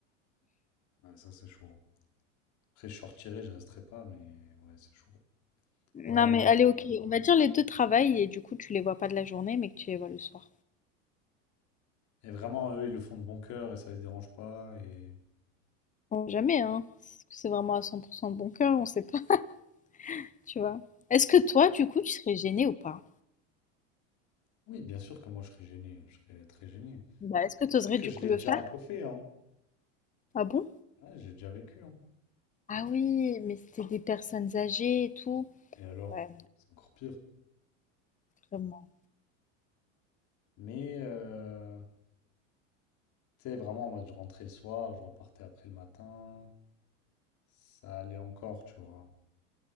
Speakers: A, on the left; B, on the left.
A: Ouais, ça, c'est chaud. Après, je sortirai, je resterai pas, mais ouais, c'est chaud. Ouais,
B: Non
A: non.
B: mais allez
A: je-
B: ok, on va dire les deux travaillent et du coup tu les vois pas de la journée mais que tu les vois le soir.
A: Et vraiment, eux, ils le font de bon cœur et ça les dérange pas. Et
B: Bon, jamais hein, est c'est vraiment à 100% de bon cœur, on sait pas, <laughs> tu vois. Est-ce que toi du coup tu serais gêné ou pas?
A: oui, bien sûr que moi, je serais gêné. Je serais très gêné.
B: Bah, est-ce que tu
A: Tu
B: oserais
A: sais que
B: du
A: je
B: coup
A: l'ai
B: le
A: déjà
B: faire?
A: un peu fait, hein.
B: Ah bon?
A: Ouais, j'ai déjà vécu, hein.
B: Ah oui, mais c'était des personnes âgées et tout.
A: Et alors?
B: Ouais,
A: C'est encore pire.
B: vraiment.
A: Mais euh, Tu sais, vraiment, moi, je rentrais le soir, je repartais après le matin. Ça allait encore, tu vois.